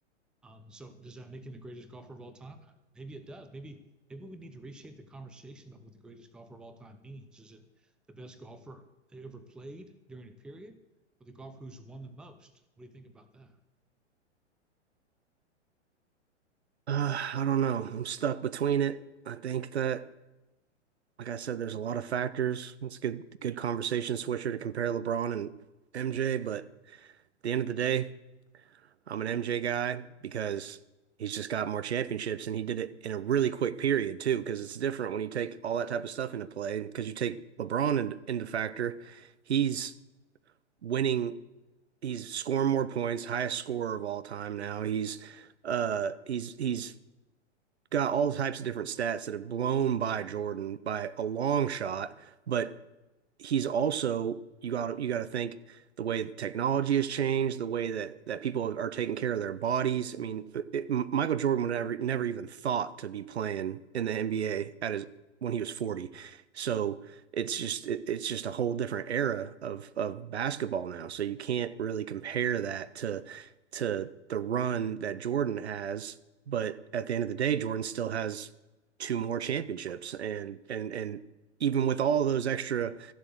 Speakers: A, in the centre; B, on the right.
A: Um, so does that make him the greatest golfer of all time? Maybe it does. Maybe maybe we need to reshape the conversation about what the greatest golfer of all time means. Is it the best golfer they ever played during a period, or the golfer who's won the most? What do you think about that?
B: Uh, I don't know. I'm stuck between it. I think that, like I said, there's a lot of factors. It's a good good conversation switcher to compare LeBron and MJ, but at the end of the day. I'm an MJ guy because he's just got more championships and he did it in a really quick period too, because it's different when you take all that type of stuff into play. Because you take LeBron in, into factor, he's winning, he's scoring more points, highest scorer of all time now. He's uh he's he's got all types of different stats that have blown by Jordan by a long shot, but he's also you got you got to think the way that technology has changed, the way that that people are taking care of their bodies. I mean, it, Michael Jordan would never never even thought to be playing in the NBA at his when he was 40. So it's just it, it's just a whole different era of of basketball now. So you can't really compare that to to the run that Jordan has, but at the end of the day, Jordan still has two more championships and and and even with all those extra